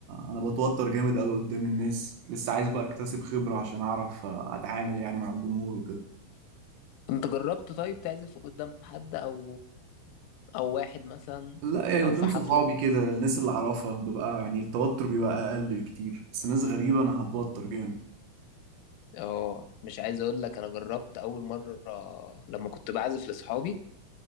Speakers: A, on the right; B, on the left.
A: انا بتوتر جامد قوي قدام الناس لسه عايز بقى اكتسب خبرة عشان اعرف آه، اتعامل يعني مع الجمهور وكده
B: انت جربت طيب تعزف قدام حد او او واحد مثلا
A: لا يعني
B: او
A: قدام
B: في حفلة
A: صحابي كده الناس اللي اعرفها ببقى يعني التوتر بيبقى اقل بكتير بس ناس غريبة انا هتوتر جامد
B: اه مش عايز اقول لك انا جربت اول مرة لما كنت بعزف لاصحابي